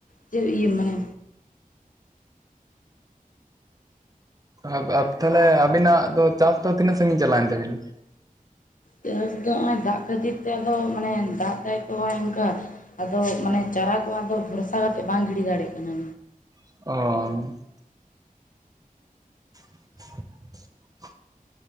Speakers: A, on the left; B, on the right.
A: ᱪᱮᱜ ᱤᱭᱟᱹ ᱢᱟᱱᱮ
B: ᱟᱵᱼᱟᱵ ᱛᱟᱦᱚᱞᱮ ᱟᱵᱤᱱᱟᱜ ᱫᱚ ᱪᱟᱥ ᱫᱚ ᱛᱤᱱᱟᱹᱜ ᱥᱟᱺᱜᱤᱧ ᱪᱟᱞᱟᱣᱮᱱ ᱛᱟᱵᱤᱱᱟ?
A: ᱪᱟᱥ ᱫᱚ ᱱᱚᱜᱼᱚᱭ ᱫᱟᱜ ᱠᱷᱟᱹᱛᱤᱨ ᱛᱮ ᱟᱫᱚ ᱢᱟᱱᱮ ᱫᱟᱜ ᱫᱟᱭ ᱛᱚ ᱚᱝᱠᱟ᱾ ᱟᱫᱚ ᱢᱟᱱᱮ ᱪᱟᱨᱟ ᱠᱚ ᱟᱫᱚ ᱵᱷᱚᱨᱥᱟ ᱠᱟᱛᱮᱜ ᱵᱟᱝ ᱜᱤᱰᱤ ᱫᱟᱲᱮᱜ ᱠᱟᱱᱟ᱾
B: ᱚᱻ ᱾ <inaudible>